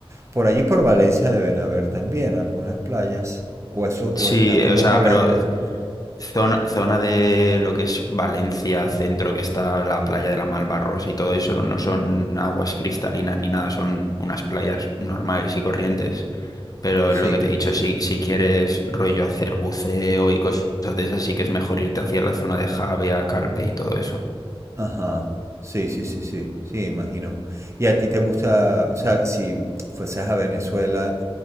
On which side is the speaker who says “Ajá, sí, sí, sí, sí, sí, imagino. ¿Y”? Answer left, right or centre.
Right